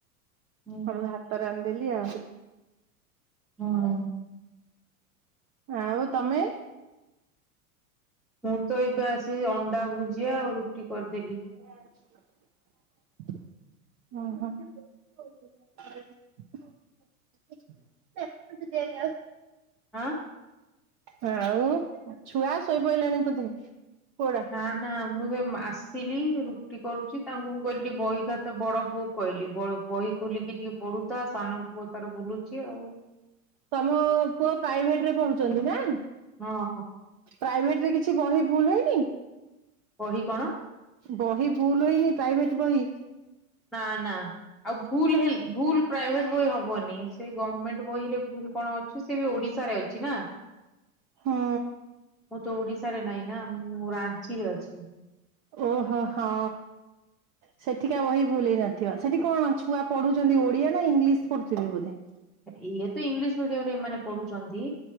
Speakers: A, in the centre; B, on the right (about 40°).
A: ହୁଁ
B: ଆ ଭାତ ରାନ୍ଧିଦେଲି ଆଉ।
A: ହୁଁ
B: ଆଉ ତମେ?
A: ମୁଁ ତ ଏବେ ଆସି ଅଣ୍ଡା ଭୁଜିଆ ଆଉ ରୁଟି କରିଦେଲି।
B: <unintelligible> ହଁ ହଁ। <unintelligible>
A: ହାଁ।
B: ଆଉ ଛୁଆ ଶୋଇପଡ଼ିଲେଣି ବୋଧେ କୋଉଟା?
A: ନା ନା ମୁଁ ସେ ଆସିଲି ରୁଟି କରୁଛି ତାଙ୍କୁ ମୁଁ କହିଲି ବହି ଖାତା ବଡ ପୁଅକୁ କହିଲି ବହି ଖୋଲିକି ଟିକେ ପଢୁଥା ସାନ ପୁଅ ତାର ବୁଲୁଛି ଆଉ।
B: ତମ ପୁଅ ପ୍ରାଇଭେଟ ରେ ପଢ଼ୁଛନ୍ତି ନା?
A: ହଁ ହଁ।
B: ପ୍ରାଇଭେଟରେ କିଛି ବହି ଭୁଲ ହେଇନି?
A: ବହି କଣ?
B: ବହି ଭୁଲ ହେଇନି ପ୍ରାଇଭେଟ ବହି?
A: ନା ନା। ଆଉ ଭୁଲ୍ ଭୁଲ ପ୍ରାଇଭେଟ ବହି ହବନି ସେ ଗମେଣ୍ଟ ବହିରେ ଭୁଲ କଣ ସେ ବି ଓଡିଶାରେ ଅଛି ନା?
B: ହଁ
A: ମୁଁ ତ ଓଡିଶାରେ ନାହିଁ ନା ମୁଁ ରାଞ୍ଚିରେ ଅଛି।
B: ଓହୋ ହଁ। ସେଠିକା ବହି ଭୁଲହେଇନଥିବ ସେଠି କଣ ଛୁଆ ପଢ଼ୁଛନ୍ତି ଓଡିଆ ନା ଇଂଲିଶ ପଢୁଥିବେ ବୋଧେ?
A: ଇଏ ତ ଇଂଲିଶ ମିଡିୟମରେ ଏମାନେ ପଢୁଛନ୍ତି।